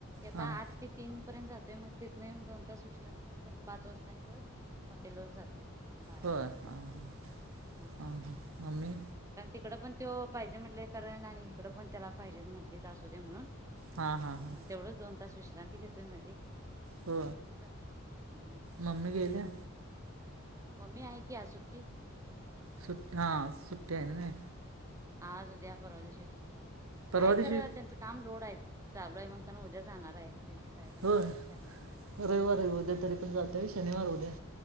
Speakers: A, on the right; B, on the right.
A: आता
B: हां
A: आठ ते तीन पर्यंत जातोय मग तिथ नाही दोन तास विश्रांती पण परत पाच वाजता आणि परत हॉटेल वर जातोय बारा
B: होय
A: वाजेपर्यंत
B: हां हां
A: असं
B: हां
A: केल्या
B: हां मम्मी
A: कारण तिकड पण तो पाहिजे म्हटले कारण आणि इकड पण त्याला पाहिजे म्हटले असू दे म्हणून
B: हां हां हां
A: मग तेवढंच दोन तास विश्रांती घेतोय मध्ये
B: हो
A: आणि जातोय हम्म
B: मम्मी गेल्या
A: मम्मी आहे की आज सुट्टी
B: सुट्टी हा सुट्टी आहे नई
A: आज आज उद्या परवा दिवशी सुट्टी
B: परवा
A: आहे
B: दिवशी
A: खरं त्यांचं काम लोड आहेत चालू आहे म्हणताना उद्या जाणार आहे त्यांच्या साहेबांनी
B: होय
A: मेसेज टाकलेत
B: रविवार उद्या
A: हम्म
B: तरी पण जाते शनिवार उद्या